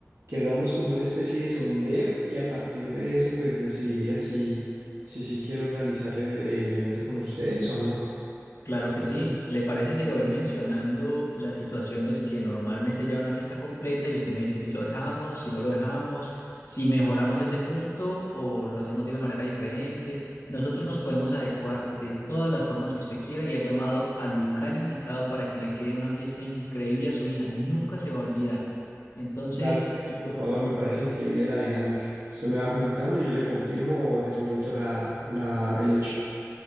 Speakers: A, on the right (about 80°); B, on the left (about 70°).
A: que hagamos como una especie de sondeo y a partir de eso pues decidiría si si sí quiero realizar el, el evento con ustedes o no.
B: Claro que sí. ¿Le parece si le voy mencionando las situaciones que normalmente lleva una fiesta completa y usted me dice si lo dejamos, si no lo dejamos, si mejoramos ese punto o lo hacemos de una manera diferente? Nosotros nos podemos adecuar de todas las formas que usted quiera y ha llamado al lugar indicado para que le quede una fiesta increíble a su hija. Nunca se va a olvidar. Entonces,
A: Claro que sí, por favor, me parece increíble la dinámica. Usted me va comentando y yo le confirmo o desmiento la, la, el hecho.